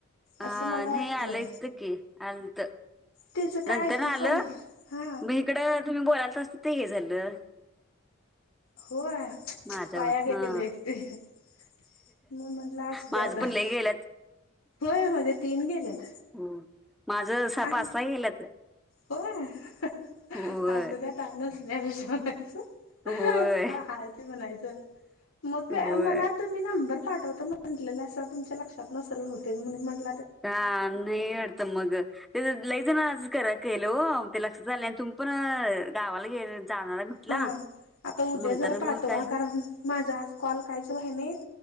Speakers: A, in the centre; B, on the left (about 85°).
A: आ..
B: असं मला
A: नाही
B: वाटलं
A: आलेयत की आलत
B: त्याचं काय
A: नंतर
B: ऐकूच
A: न आलं
B: हा
A: मी हिकड तुम्ही बोलालतासा ते हे झालं
B: होय <inaudible>
A: माझ्यावर
B: वाया गेल
A: हा
B: एक मग म्हटलं असू
A: माझं
B: दे आता
A: पण
B: <inaudible>
A: लय गेल्यात
B: होय माझे तीन गेल्यात
A: हो माझ
B: आ
A: पाच सहा गेल्यात
B: होय <inaudible>
A: होय
B: असूदे आता नसण्यापेक्षा
A: होय
B: <inaudible> <inaudible> हाय ते म्हणायचं मग काय
A: होय
B: मला आता मी नंबर पाठवतो म्हटलेलासा तुमच्या लक्षात नसल बहूतेक म्हणून म्हट
A: का नाही वाटत मग ते लईजन आज करा- केलो हो ते लक्षात आलं नाही आणि तुम्ही पण गावाला गे जाणार आहे म्हटला
B: हा आता उद्या
A: म्हणता
B: जरा
A: ना
B: पाठवा
A: मग काय
B: कारण माझा आज कॉल कायच व्हाय नाहीत